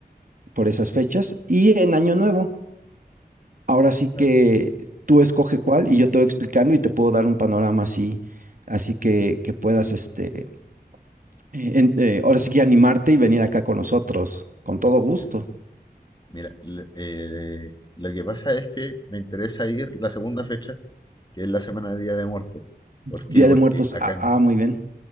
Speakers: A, on the right; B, on the left.
A: por esas fechas. Y en Año Nuevo. Ahora sí que
B: claro.
A: tú escoge cuál y yo te voy explicando y te puedo dar un panorama así, así que, que puedas, este, eh, en- eh, ahora sí que animarte y venir acá con nosotros, con todo gusto.
B: ya. Mira, le- eh, lo que pasa es que me interesa ir la segunda fecha, que es la semana de Día de Muertos. ¿Por qué?
A: Día
B: Porque
A: de Muertos,
B: acá
A: ah,
B: en,
A: ah, muy bien.